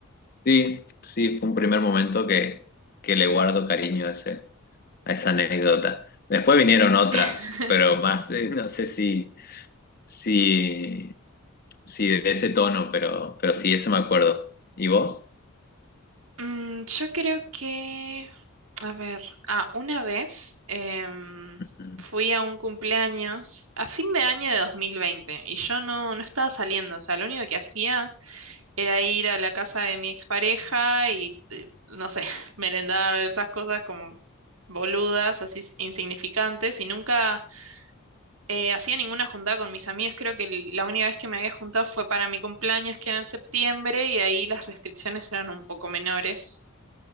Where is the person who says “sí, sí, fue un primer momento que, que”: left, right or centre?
Left